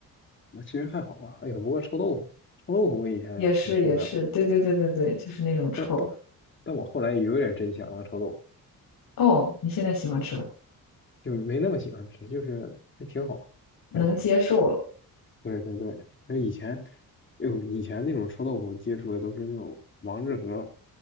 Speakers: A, on the left; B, on the left.
A: 那其实还好吧。哎呀，不过臭豆腐，臭豆腐我以前也受不了了，
B: 也是也是，对对对对对，就是那种臭。
A: 但但但我后来也有点真香了，臭豆腐
B: 哦，你现在喜欢吃了，
A: 就没那么喜欢吃，就是还挺好，
B: 能接受了。
A: 感觉。对对对，那以前，哎呦，以前那种臭豆腐接触的都是那种王致和，